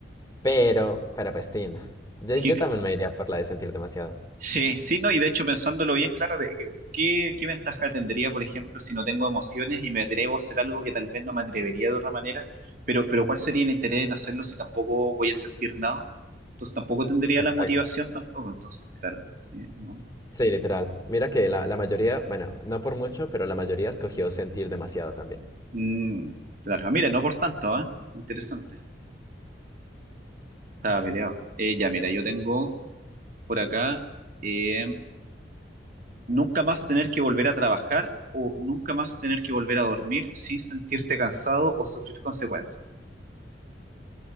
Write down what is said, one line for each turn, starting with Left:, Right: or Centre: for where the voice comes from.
Left: pero, pero pues, tin, yo,
Right: Es
Left: yo
Right: que
Left: también me iría por la de sentir demasiado.
Right: Sí, sí, no, y de hecho pensándolo bien, claro, de que- ¿qué, qué ventaja tendría, por ejemplo, si no tengo emociones y me atrevo a hacer algo que tal vez no me atrevería de otra manera? Pero, pero ¿cuál sería el interés en hacerlo si tampoco voy a sentir nada? Entonces tampoco tendría
Left: Exacto.
Right: la motivación tampoco, entonces, claro. sí, no.
Left: Sí, literal. Mira que la, la mayoría, bueno, no por mucho, pero la mayoría escogió sentir demasiado también.
Right: Mm, claro, Ah, mira, no por tanto, ¿ah? Interesante. Estaba peleado. Eh, ya, mira, yo tengo por acá eh, nunca más tener que volver a trabajar o nunca más tener que volver a dormir sin sentirte cansado o sufrir consecuencias.